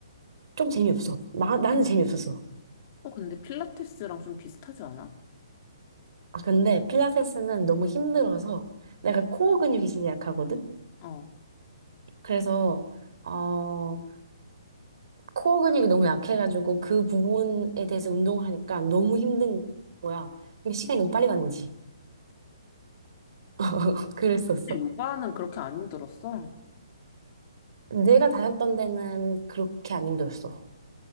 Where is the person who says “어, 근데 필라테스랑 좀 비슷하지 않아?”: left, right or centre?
Left